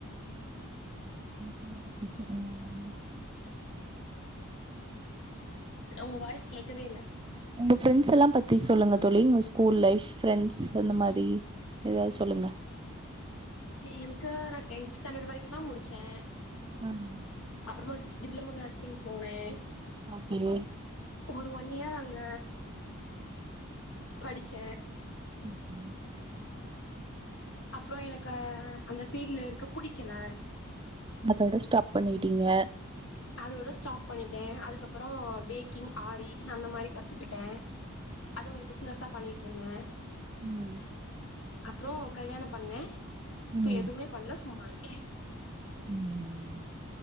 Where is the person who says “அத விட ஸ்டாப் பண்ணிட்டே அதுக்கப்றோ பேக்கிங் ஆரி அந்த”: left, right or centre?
Left